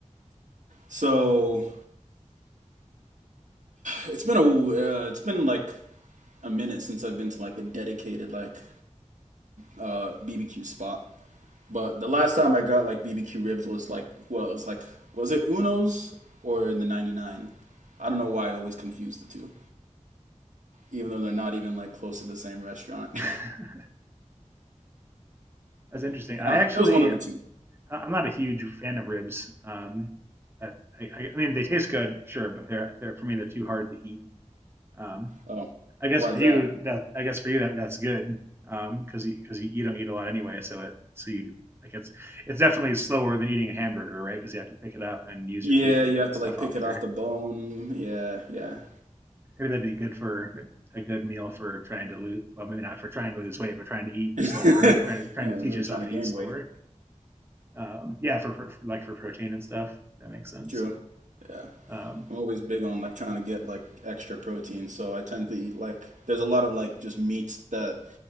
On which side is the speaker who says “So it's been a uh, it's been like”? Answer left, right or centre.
Right